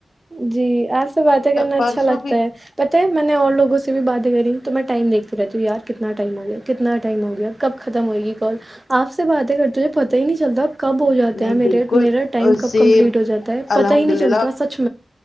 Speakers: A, on the right (about 20°); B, on the left (about 75°).
A: جی آپ سے باتیں کرنا اچھا
B: پرسوں
A: لگتا
B: بھی
A: ہے پتہ ہے میں نے اور لوگوں سے بھی باتیں کری تو میں ٹائم دیکھتی رہتی ہوں یار کتنا ٹائم ہو گیا کتنا ٹائم ہو گیا کب ختم ہو گی کال آپ سے باتیں کر تجھے پتہ ہی نہیں چلتا کب ہو جاتے
B: نہیں
A: ہیں میرے
B: بالکل
A: میرا ٹائم کب
B: سیم
A: کمپلیٹ ہو جاتا ہے پتہ
B: الحمد
A: ہی نہیں
B: للہ
A: چلتا
B: آپ
A: سچ